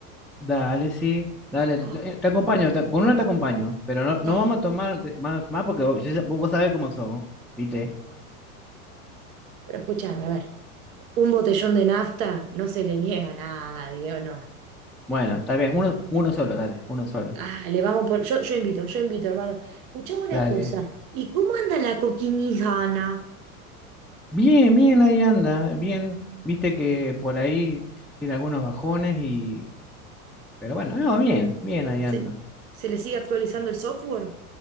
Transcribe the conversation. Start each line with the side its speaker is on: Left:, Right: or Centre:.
Centre: dale, sí, dale.
Right: Ah,
Centre: eh, Te acompaño, te- con una te acompaño, pero no, no
Right: dale.
Centre: vamos a tomar de- más, más porque vos, yo ya- vos- vos sabés cómo son, ¿viste?
Right: Pero escuchame, a ver, un botellón de nafta no se le niega a nadie, ¿o no?
Centre: Bueno, está bien, uno, uno solo, dale, uno solo,
Right: Ah, le vamos por. Yo, yo invito, yo invito, hermano. Escuchame una
Centre: dale.
Right: cosa. ¿Y cómo anda la coquinijana?
Centre: Bien, bien, ahí anda, bien. Viste que por ahí tiene algunos bajones y... Pero bueno, no, bien, bien, ahí
Right: ¿Se,
Centre: anda.
Right: se le sigue actualizando el software?